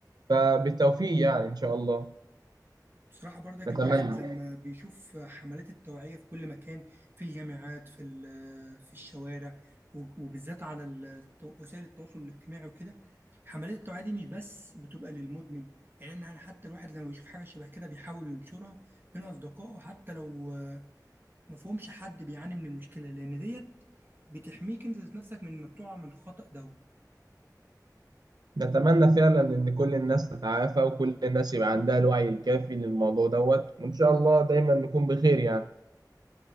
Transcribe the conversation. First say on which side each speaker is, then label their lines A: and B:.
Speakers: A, on the right; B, on the right.
A: فبالتوفيق يعني إن شاء الله
B: بصراحة برضك
A: نتمنى
B: الواحد لما بيشوف حملات التوعية في كل مكان في الجامعات في ال- في الشوارع و- وبالذات على ال- وسائل التواصل الاجتماعي وكده حملات التوعية دي مش بس بتبقى للمدمن يعني أنا حتى الواحد لما بيشوف حاجة شبه كده بيحاول ينشرها بين أصدقائه حتى لو آه، ما فهمش حد بيعاني من المشكلة لأن ديت بتحميك أنت ذات نفسك من إنك تقع من الخطأ ده
A: نتمنى فعلا ان كل الناس تتعافى وكل الناس يبقى عندها الوعي الكافي للموضوع دوت وان شاء الله دايما نكون بخير يعني